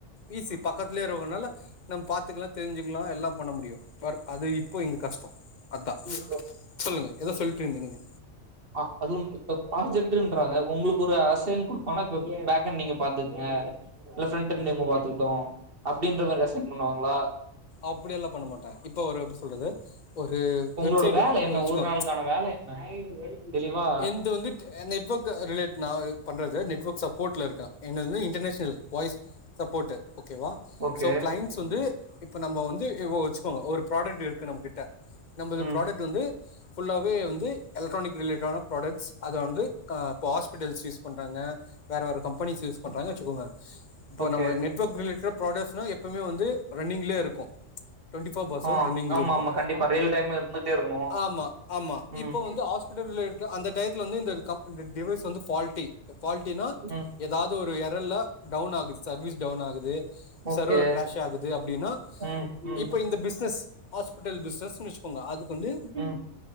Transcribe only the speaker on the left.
ஈசி பக்கத்லியே இருக்கனால நம்ம பாத்துக்லா தெரிஞ்சுக்லா எல்லாம் பண்ண முடியு வர் அது இப்போ இங்க கஷ்டோ அத்தா
சொல்லுங்க எதோ சொல்ட்ருந்தீங்க இங்க
அப்டியெல்லா பண்ண மாட்டாங்க இப்ப ஒரு எப்டி சொல்றது ஒரு
வெப்சைடு
வச்சுக்கோங்க
எந்து வந்துட் ட்டே நெட்வொர்க் ரிலேட் நா பண்றது நெட்வொர்க் சப்போர்ட்ல இருக்கே என்னது இன்டர்நேஷ்னல் வாய்ஸ் சப்போட்டு ஓகேவா
இன்ஸ் வந்து இப்ப நம்ம வந்து ஓ வச்சுக்கோங்க ஒருப் ப்ராடக்ட் இருக்கு நம்மகிட்ட நம்முது
ப்ராடக்ட் வந்து ஃபுல்லாவே வந்து எலக்ட்ரானிக் ரிலேட்டடான ப்ராடக்ட்ஸ் அத வந்து கா இப்ப ஹாஸ்பிட்டல்ஸ் யூஸ் பண்றாங்க வேற வேற கம்பெனிஸ் யூஸ் பண்றாங்க வச்சுக்கோங்க இப்போ
நம்ம நெட் ட்ஒர்க் ரிலேட்டட் ப்ராடக்ட்ஸ்னா எப்பமே வந்து ரன்னிங்லியெ இருக்கு டுவெண்டி ஃபோர் பார் செவன்
ரன்னிங்ல
இருக்கு
ஆமா ஆமா
இப்போ வந்து ஹாஸ்பிட்டல்ல எட்த்த அந்த டயத்துல வந்து இந்த டிவைஸ் வந்து ஃபால்ட்டி ஃபால்ட்டினா
எதாது ஒரு எரல்ல டவுன் ஆகுது சர்வீஸ் டவுன் ஆகுது
சர்வர் கிரேஷ் ஆகுது அப்டினா
இப்ப இந்த பிஸ்னஸ் ஹாஸ்பிட்டல் பிஸ்னஸ்னு வெச் கோங்க அதுக்கு வந்து